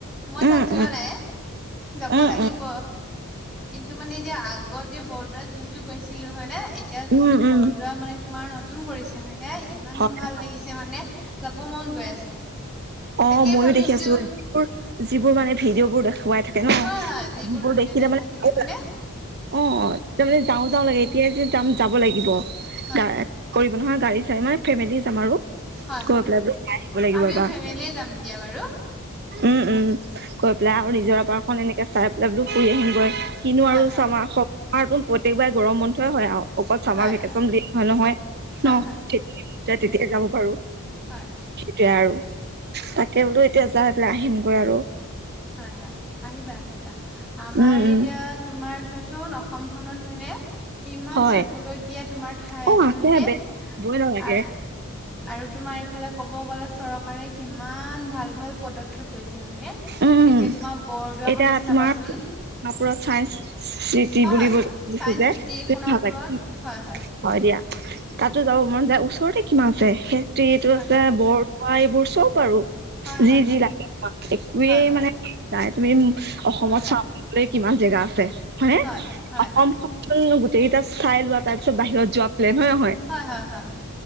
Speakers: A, in the centre; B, on the right.
A: মই
B: উম
A: তাত যোৱা
B: উম
A: নাই, যাব
B: উম
A: লাগিব।
B: উম
A: কিন্তু মানে এতিয়া আ এতিয়া বৰদুৱাত যিহেতু গৈছিলো হয় নে এতিয়া যিহেতু
B: উম উম উম
A: বৰদোৱা মানে তোমাৰ নতুন কৰিছে হয় নাই ইমান
B: হয়
A: ভাল লাগিছে মানে, যাব মন গৈ আছে।
B: অ
A: তাকেই
B: মইয়ো
A: ভাবিছো
B: দেখি আছো, যিবোৰ মানে ভিডিঅ'বোৰ দেখুৱাই থাকে ন,
A: হয় হয়
B: যিবোৰ
A: ভিডিঅ'
B: দেখি
A: দেখাই
B: তাৰ মানে
A: থাকে হয়নে
B: অ তাৰমানে যাওঁ <unintelligible> যাব লাগে এতিয়া যে যাম যাব লাগিব,
A: হয়
B: গা কৰিব নহয় গাড়ী চাই মানে ফেমিলি যাম আৰু।
A: হয়
B: কৈ
A: হয়
B: পেলাই চাই আহিব লাগিব
A: আমিও
B: এইবাৰ।
A: ফেমিলিয়ে যাম দিয়া বাৰু
B: উম উম, গৈ
A: হয়
B: পেলাই আৰু নিজৰ পাৰ এখন এনেকে চাই পেলাই বলো ফুৰি আহিমগৈ কিনো
A: হয়
B: আৰু
A: হয়
B: চামাৰ আমাৰ চোন প্ৰত্যেকবাৰে গৰম বন্ধয়ই হয় আৱ অকল চামাৰ
A: হয়
B: ভেকেচন দিয়া হয় নহয়
A: হয়
B: ন
A: হয়
B: যেতিয়া মন যায় তেতিয়াই যাব পাৰো
A: হয়
B: এতিয়া আৰু তাকে বোলো এতিয়া যাই পেলাই আহিমগৈ আৰু
A: হয় হয় আহিবা আহিবা আমাৰ
B: উম, উম,
A: এতিয়া তোমাৰ চোন অসমখনত হয়নে? কিমান
B: হয়
A: চাবলগীয়া তোমাৰ ঠাই
B: অ',
A: আছে হয়নে?
B: বেগ বই নালাগে
A: আ আৰু তোমাৰ এইফালে কব গলে চৰকাৰে কিমান ভাল ভাল পদক্ষেপ লৈছে হয়নে?
B: উম,
A: এতিয়া তোমাৰ বৰদোৱাখনে
B: এতিয়া
A: চাবাচোন
B: তোমাৰ কাপোৰত চাইনস চিতি
A: হয়
B: বুলি
A: হয়
B: লিখে
A: চাইন্স
B: যে
A: চিটি
B: সেইতো
A: সোণাপুৰত
B: ভাল লাগে।
A: হয়
B: হয় দিয়া, তাতো যাব মন যায় ওচৰতে কিমান আছে ফেক্টৰীতো
A: হয়
B: আছে বৰ অ এইবোৰ চব আৰু
A: হয়
B: যি
A: হয়
B: যি লাগে একোৱেই
A: হয় হয়
B: মানে নাই, তুমি অসমত
A: হয় হয়
B: চাবলৈ কিমান জেগা আছে হয়নে?
A: হয় হয়
B: অসমখ ন গোটেইকেইটা চাই লোৱা তাৰপিছত বাহিৰত যোৱা লে হয় নহয়?
A: হয় হয় হয় হয় হয়